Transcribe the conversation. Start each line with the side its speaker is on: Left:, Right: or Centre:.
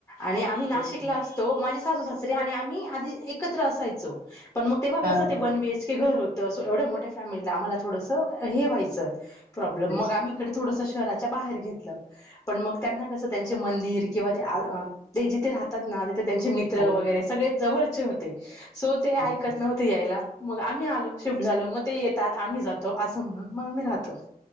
Left: आणि आम्ही नाशिकला
Right: अच्छा
Left: असतो माझे सासुसासरे आणि आम्ही आधी एकत्र असायचो पणम तेव्हा
Right: हा
Left: कसं
Right: हा
Left: ते वन बीएचके घर होत स् एवढ्या मोठ्या फॅमिलीला आम्हाला थोडसं हे व्हायचं प्रोब्लम
Right: अच्छा
Left: मग आम्ही इकडे थोडसं शह् च्या बाहेर घेतल पण मग त्यांना कसं त्यांचे मंदिर किंवा ते आ आ ते जिथे राहत तातना तिथे त्यांचे मित्र
Right: हा हा
Left: वगैरे सगळे जवळचे होते, सो ते ऐकत
Right: अच्छा
Left: नव्हते यायला. मग आम्ही आलो, शिफ्ट झालो मते येतात, आम्ही जातो असं म्हणून मग आम्ही राहतो.